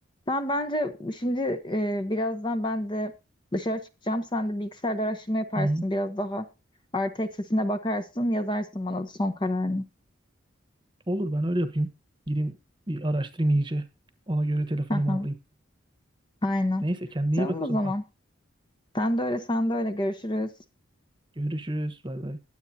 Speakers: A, on the left (about 25°); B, on the right (about 25°).
A: Ben bence şimdi e, birazdan ben de dışarı çıkacağım. Sen de bilgisayarda araştırma yaparsın.
B: Hı hı.
A: Biraz daha artı eksisine bakarsın. Yazarsın bana da son kararını.
B: Olur ben öyle yapayım. Gireyim bir araştırayım iyice. Ona göre telefonumu
A: Aha,
B: alayım.
A: aynen.
B: Neyse kendine
A: Tamam
B: iyi bak
A: o
B: o zaman.
A: zaman. Sen de öyle, sen de öyle. Görüşürüz.
B: Görüşürüz. Bay bay.